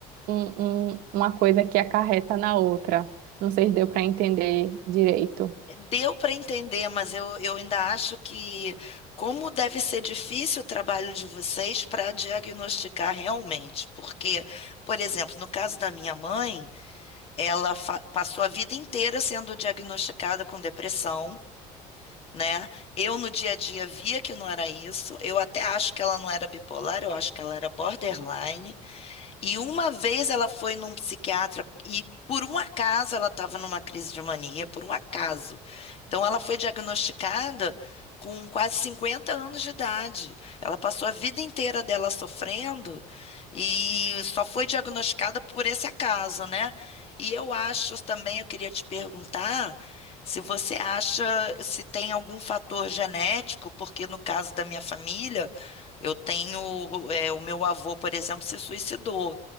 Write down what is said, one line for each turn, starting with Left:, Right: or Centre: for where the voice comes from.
Right: um- um- uma coisa que acarreta na outra. Não sei se deu para entender direito.
Left: Deu para entender, mas eu, eu ainda acho que como deve ser difícil o trabalho de vocês para diagnosticar realmente. Porque, por exemplo, no caso da minha mãe, ela fa- passou a vida inteira sendo diagnosticada com depressão né? Eu no dia a dia via que não era isso. Eu até acho que ela não era bipolar, eu acho que ela era borderline. E uma vez ela foi num psiquiatra e por um acaso ela estava numa crise de mania, por um acaso. Então ela foi diagnosticada com quase 50 anos de idade. Ela passou a vida inteira dela sofrendo e só foi diagnosticada por esse acaso, né? E eu acho também, eu queria te perguntar se você acha se tem algum fator genético, porque no caso da minha família eu tenho, é, o meu avô, por exemplo, se suicidou.